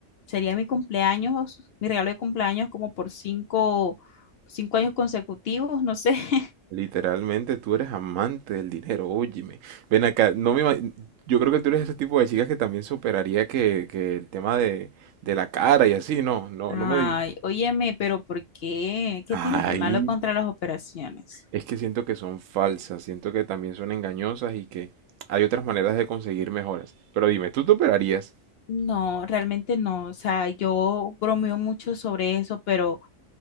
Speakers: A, on the left (about 60°); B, on the right (about 85°).
A: Sería mi cumpleaños, mi regalo de cumpleaños como por cinco, cinco años consecutivos, no sé. <laughs>
B: Literalmente tú eres amante del dinero, óyeme. Ven acá, no me ima- yo creo que tú eres ese tipo de chicas que también superaría que, que el tema de, de la cara y así, no, no,
A: Ay,
B: no me digas.
A: óyeme, pero ¿por qué? ¿Qué
B: Ay,
A: tiene de malo contra las operaciones?
B: Es que siento que son falsas, siento que también son engañosas y que hay otras maneras de conseguir mejoras. Pero dime, ¿tú te operarías?
A: No, realmente no. O sea, yo bromeo mucho sobre eso, pero